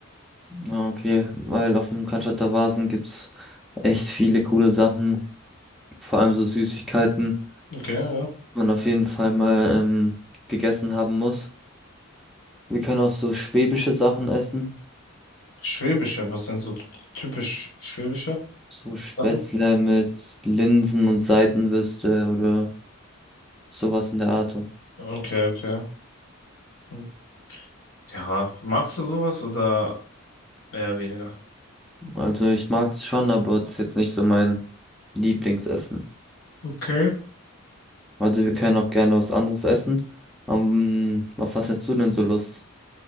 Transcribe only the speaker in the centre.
Ah, Okay, weil auf dem Cannstatter-Wasen gibt's echt viele coole Sachen, vor allem so Süßigkeiten,
die man auf jeden Fall mal ähm, gegessen haben muss. Wir können auch so schwäbische Sachen essen,
so Spätzle
mit Linsen und Seitenwürste oder sowas in der Art.
Also ich mag es schon, aber es ist jetzt nicht so mein Lieblingsessen.
Also wir können auch gerne was anderes essen. Ähm, auf was hättest du denn so Lust?